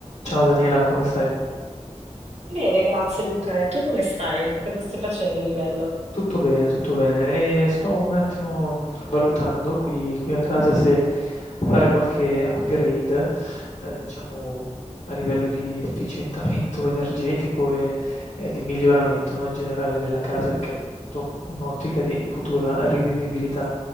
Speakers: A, on the left; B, on the right.
A: Ciao Daniela, come stai?
B: Bene, grazie Luca. E tu come stai? Cosa stai facendo di bello?
A: Tutto bene, tutto bene. E sto un attimo, mhmm, valutando qui qui a casa se fare qualche upgrade, ehm, diciamo a livello di efficientamento <laughs> energetico e e di miglioramento, no, in generale della casa, anche insomma un'ottica di futura rivendibilità.